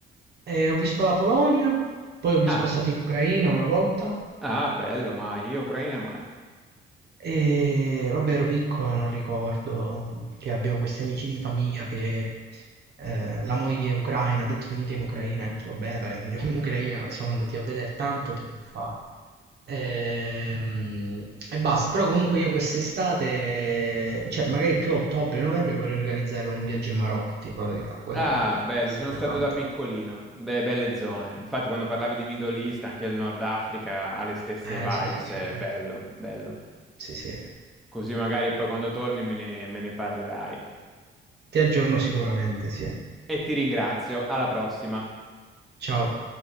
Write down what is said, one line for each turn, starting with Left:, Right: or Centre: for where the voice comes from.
Right: eh, ho visto la Polonia, poi ho- visto-
Centre: Ah,
Right: sono stato in Ucraina una volta.
Centre: ah, bello, mai. Io Ucraina mai.
Right: E vabbè, ero piccolo, non ricordo mm, che abbiamo questi amici di famiglia che eh, la moglie è ucraina, ha detto venite in Ucraina, ho detto, vabbè dai, andiamo in Ucraina, siamo andati a vedere tanto tempo fa. Ehm, E, basta, però comunque io quest'estate, cioè magari più a ottobre, novembre vorrei organizzare un viaggio in Marocco, ti dico la verità, quello
Centre: Ah,
Right: mi,
Centre: bello,
Right: mi ispira
Centre: sono stato
Right: tanto.
Centre: da piccolino, Be- belle zone. Infatti, quando parlavi di Middle East, anche il Nord Africa ha le stesse
Right: Eh
Centre: vibes,
Right: sì sì sì,
Centre: è bello, bello.
Right: sì sì,
Centre: Così magari poi quando torni me ne me ne parlerai.
Right: ti aggiorno sicuramente, sì.
Centre: E ti ringrazio, alla prossima.
Right: Ciao.